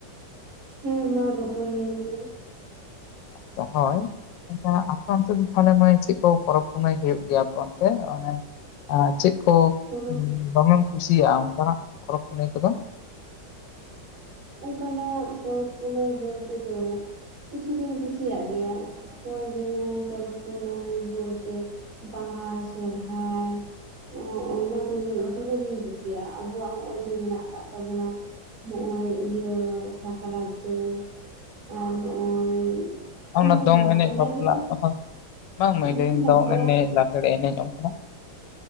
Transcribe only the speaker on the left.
ᱡᱟᱦᱟᱹᱭ ᱟᱪᱪᱷᱟ ᱟᱯᱮ ᱚᱱᱛᱮ ᱫᱚ ᱛᱟᱦᱞᱮ ᱢᱟᱹᱭ ᱪᱮᱫ ᱠᱚ ᱯᱚᱨᱚᱵᱽ ᱯᱩᱱᱟᱹᱭ ᱦᱩᱭᱩᱜ ᱜᱮᱭᱟ ᱟᱯᱮ ᱚᱱᱛᱮ ᱟᱱᱮᱼᱼ ᱟᱨ ᱪᱮᱫ ᱠᱚ
ᱫᱚᱢᱮᱢ ᱠᱩᱥᱤᱭᱟᱜᱼᱟ ᱚᱱᱠᱟᱱᱟᱜ ᱯᱚᱨᱚᱵ ᱯᱩᱱᱟᱹᱭ ᱠᱚᱫᱚ?
ᱚᱱᱟ
ᱫᱚᱝ
ᱮᱱᱮᱡ
ᱵᱟᱯᱞᱟ
ᱦᱚᱸ ᱵᱟᱝᱢᱟ ᱞᱟᱹᱭᱟᱹᱧ
ᱫᱚᱝ ᱮᱱᱮᱡ ᱞᱟᱜᱽᱲᱮ ᱮᱱᱮᱡ ᱚᱱᱠᱟᱱᱟᱜᱼᱼ